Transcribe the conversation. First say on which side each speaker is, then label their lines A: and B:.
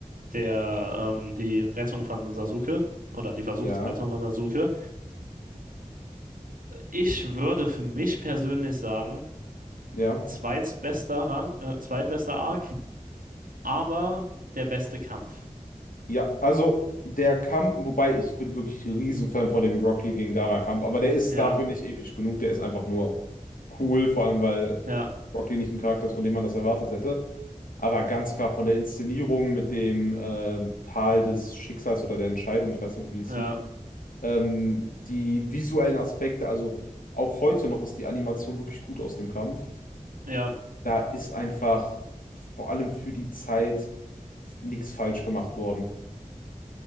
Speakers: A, on the right; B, on the left.
A: der, ähm, die Rettung von Sasuke. Oder die
B: Ja,
A: versuchte Rettung von Sasuke. Ich würde für mich persönlich sagen,
B: ja.
A: zweitbester Rang, äh, zweitbester Arc, aber der beste Kampf.
B: Ja, also der Kampf, wobei ich bin wirklich Riesenfan von dem Rock Lee gegen Gaara-Kampf, aber der ist
A: Ja,
B: dafür nicht episch genug, der ist einfach nur cool, vor allem weil
A: ja,
B: Rock Lee nicht ein Charakter ist, von dem man das erwartet hätte. Aber ganz klar von der Inszenierung mit dem ähm, Tal des Schicksals oder der Entscheidung, ich weiß nicht mehr, wie es
A: ja,
B: hieß, ähm, die visuellen Aspekte, also auch heute noch ist die Animation wirklich gut aus dem Kampf.
A: ja,
B: Da ist einfach vor allem für die Zeit nichts falsch gemacht worden.